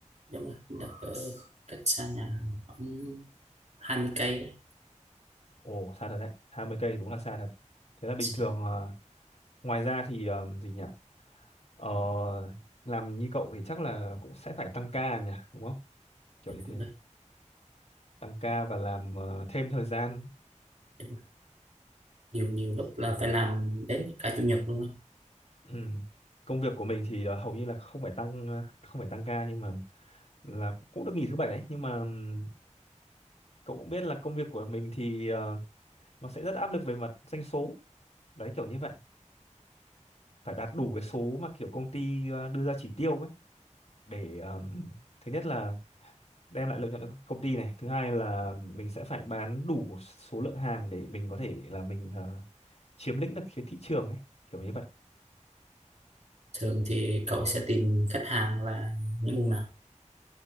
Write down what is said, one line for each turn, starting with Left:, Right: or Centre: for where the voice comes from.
Right: đúng rồi đặt ở cách xa nhà khoảng 20 cây đấy
Left: ồ xa thật đấy hai mươi cây đúng là xa thật thế là bình
Right: Xa
Left: thường
Right: nhà,
Left: ờ, ngoài ra thì ờ, gì nhỉ ờ, làm như cậu thì chắc là cũng sẽ phải tăng ca nhỉ đúng không kiểu
Right: cách
Left: như
Right: công
Left: thế
Right: ty.
Left: tăng ca và làm ờ, thêm thời gian
Right: đúng rồi. nhiều nhiều lúc là phải làm đến cả chủ nhật luôn á
Left: ừ. công việc của mình thì ờ, hầu như là không phải tăng ờ, không phải tăng ca nhưng mà là cũng được nghỉ thứ bảy đấy nhưng mà ừm, cậu cũng biết là công việc của mình thì ờ, nó sẽ rất áp lực về mặt doanh số đấy kiểu như vậy phải đạt đủ cái số mà kiểu công ty ờ, đưa ra chỉ tiêu ấy để ờm, thứ nhất là đem lại lợi nhuận cho công ty này thứ hai là mình sẽ phải bán đủ một số lượng hàng để mình có thể là mình ờ, chiếm lĩnh được cái thị trường ấy kiểu như vậy
Right: thường thì cậu sẽ tìm khách hàng là những nguồn nào